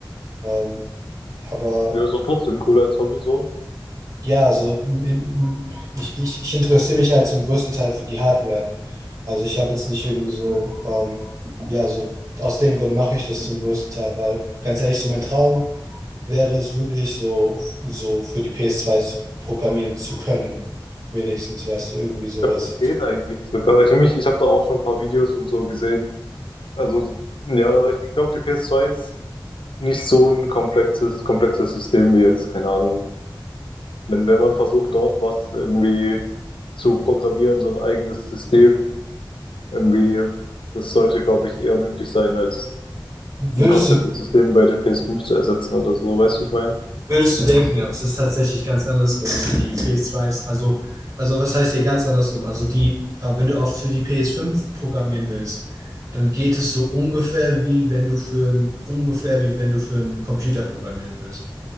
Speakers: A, on the right; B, on the left.
A: Ähm, aber
B: Ja, ist doch trotzdem cooler als Hobby so.
A: ja, also m- m- ich, ich, ich interessiere mich halt zum größten Teil für die Hardware. Also ich habe jetzt nicht irgendwie so, ähm, ja, so aus dem Grund mache ich das zum größten Teil, weil ganz ehrlich, so mein Traum wäre es wirklich so, so für die PS2 zu programmieren zu können. Wenigstens, weißt du, irgendwie sowas.
B: Ich glaube, das geht eigentlich sogar. Ich habe mich, ich habe da auch schon ein paar Videos und so gesehen, Also, ja, ich, ich glaube, die ps zwei ist nicht so ein komplexes, komplexes System wie jetzt, keine Ahnung. Wenn, wenn man versucht, dort was irgendwie zu programmieren, so ein eigenes System, irgendwie, das sollte, glaube ich, eher möglich sein, als
A: Würdest
B: ein komplettes
A: du,
B: System bei der ps fünf zu ersetzen oder so, weißt du, wie ich meine?
A: würdest du denken, aber es ist tatsächlich ganz andersrum. Die PS2 ist, also, also was heißt hier ganz andersrum? Also die, ja, wenn du oft für die PS5 programmieren willst, dann geht es so ungefähr wie wenn du für ein, ungefähr wie wenn du für einen Computer programmieren willst.